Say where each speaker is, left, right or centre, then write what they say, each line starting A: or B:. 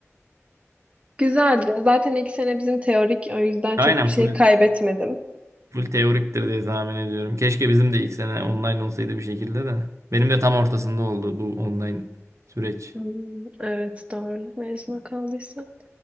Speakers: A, on the right; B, on the right.
A: <laughs> Güzeldi. Zaten ilk sene bizim teorik, o yüzden
B: Aynen
A: çok bir şey
B: full
A: kaybetmedim.
B: full teoriktir diye tahmin ediyorum. Keşke bizim de ilk sene online olsaydı bir şekilde de. Benim de tam ortasında oldu bu online süreç.
A: Hmm, evet, doğru. Mezuna kaldıysa.